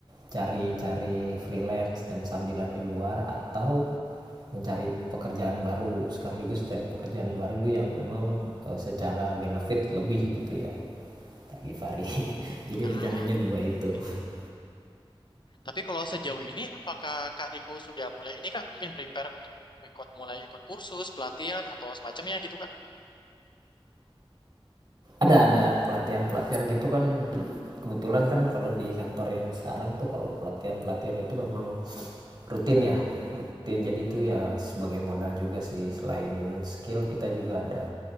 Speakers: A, on the right (about 40°); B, on the left (about 55°).
A: cari-cari freelance dan sambilan di luar atau mencari pekerjaan baru sekaligus cari pekerjaan baru yang memang eh, secara benefit lebih gitu ya. Kak Gifari. <laughs> Jadi
B: Ah,
A: rencananya dua itu.
B: oke.
A: <laughs>
B: tapi kalau sejauh ini, apakah Kak Riko sudah mulai ini, Kak? Mungkin prepare untuk ikut mulai ikut kursus, pelatihan, atau semacamnya gitu, Kak?
A: ada ada pelatihan pelatihan gitu kan kebetulan kan kalau di kantor yang sekarang tuh kalau pelatihan pelatihan itu memang rutin ya rutin jadi itu ya sebagai modal juga sih selain skill kita juga ada